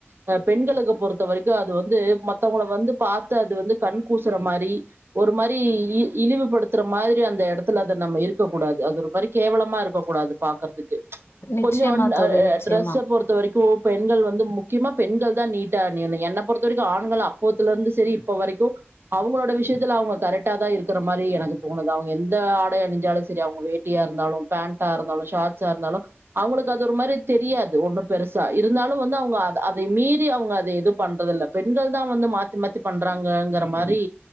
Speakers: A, on the right; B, on the left.
A: அ பெண்களுக்கு பொறுத்தவரைக்கு அது வந்து மத்தவங்கள வந்து பாத்து அது வந்து கண் கூசுற மாரி ஒரு மாரி இ இழிவுபடுத்துற மாதிரி அந்த எடத்துல அத நம்ம இருக்கக் கூடாது அது ஒரு மாரி கேவலமா இருக்கக் கூடாது பாக்கறதுக்கு
B: நிச்சயமா
A: கொஞ்சோண்ட்
B: தோழி,
A: ஆ
B: நிச்சயமா.
A: ஆ ட்ரெஸ்ஸ பொறுத்த வரைக்கு பெண்கள் வந்து முக்கியமா பெண்கள்தா நீட்டா அணியணு என்ன பொறுத்த வரைக்கு ஆண்கள் அப்போதுல இருந்து சரி இப்ப வரைக்கு அவங்களோட விஷயத்துல அவங்க கரெக்டாதா இருக்கற மாரி எனக்கு தோணுது. அவங்க எந்த ஆடை அணிஞ்சாலு சரி அவங்க வேட்டியா இருந்தாலு பேண்ட்டா இருந்தாலு ஷார்ட்ஸா இருந்தாலு அவங்களுக்கு அது ஒரு மாரி தெரியாது ஒண்ணு பெருசா. இருந்தாலு வந்து அவங்க அத அதைய மீறி அவங்க எது எதும் பண்றது இல்ல. பெண்கள்தா வந்து மாத்தி மாத்தி பண்றாங்கங்கற மாரி